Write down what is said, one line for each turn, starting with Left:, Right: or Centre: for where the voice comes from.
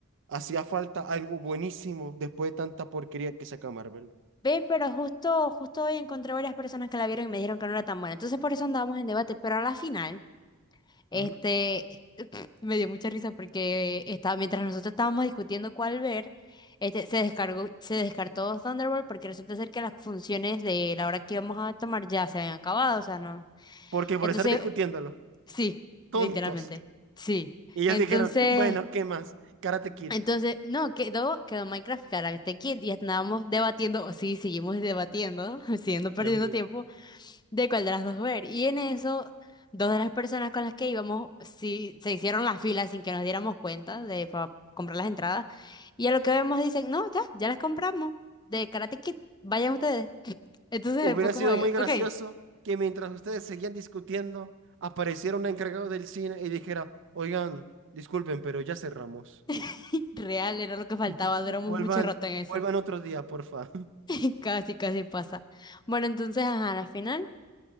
Right: hacía falta algo buenísimo después de tanta porquería que saca Marvel.
Left: Ve, pero justo, justo hoy encontré varias personas que la vieron y me dijeron que no era tan buena. Entonces por eso andábamos en debate, pero a la final, este,
Right: Ujú.
Left: Me dio mucha risa porque estaba, mientras nosotros estábamos discutiendo cuál ver, este, se descargó, se descartó Thunderbolt porque resulta ser que las funciones de la hora que íbamos a tomar ya se habían acabado, o sea, no.
Right: Porque por
Left: Entonces,
Right: estar discutiéndolo,
Left: sí,
Right: tontos.
Left: literalmente, sí.
Right: Y ellos
Left: Entonces,
Right: dijeron, bueno, ¿qué más? Karate Kid.
Left: entonces, no, quedó, quedó Minecraft Karate Kid y estábamos debatiendo, o sí, seguimos debatiendo, <laughs> siguiendo perdiendo
Right: Dios mío.
Left: tiempo de cuál de las dos ver. Y en eso, dos de las personas con las que íbamos, sí, se hicieron la fila sin que nos diéramos cuenta de para comprar las entradas. Y a lo que vemos dicen, no, ya, ya las compramos. De Karate Kid, vayan ustedes. <laughs> Entonces
Right: Hubiera
Left: fue como,
Right: sido
Left: digo,
Right: muy gracioso
Left: ok,
Right: que mientras ustedes seguían discutiendo, apareciera un encargado del cine y dijera, oigan, disculpen, pero ya cerramos.
Left: <laughs> real, era lo que faltaba,
Right: <laughs>
Left: duramos
Right: Vuelvan,
Left: mucho rato en eso.
Right: vuelvan otro día, porfa. <laughs>
Left: <laughs> Casi, casi pasa. Bueno, entonces, ajá, al final.